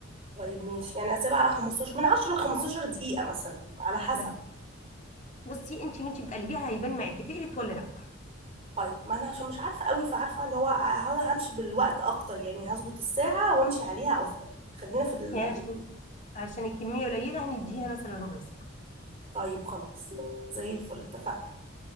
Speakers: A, on the right; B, on the left.
A: طيب ماشي يعني هسيبها على 15 من 10 ل 15 دقيقه مثلا على حسب
B: بس بصي انت وانت بتقلبيها هيبان معاكي تقلت ولا لا
A: طيب ما انا عشان مش عارفه قوي فعارفه اللي هو ه- همشي بالوقت اكتر يعني هظبط الساعه وامشي عليها افضل خلينا في القليل
B: يعني عشان عشان الكمية قليلة هنديها مثلا ربع ساعة
A: طيب خلاص زي الفل اتفقنا